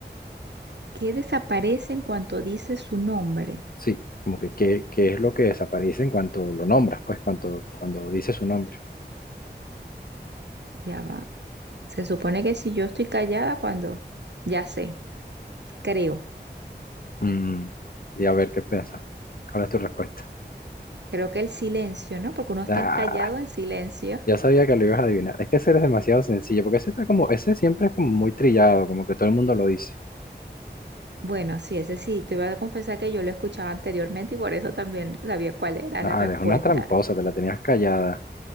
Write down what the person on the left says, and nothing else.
Sí, como que qué, qué es lo que desaparece en cuanto lo nombras, pues cuanto, cuando dice su nombre.
Mm, y a ver qué piensas. ¿Cuál es tu respuesta?
Ah,
ya sabía que lo ibas a adivinar. Es que ese es demasiado sencillo, porque ese está como, ese siempre es como muy trillado, como que todo el mundo lo dice.
No,
eres una tramposa, te la tenías callada.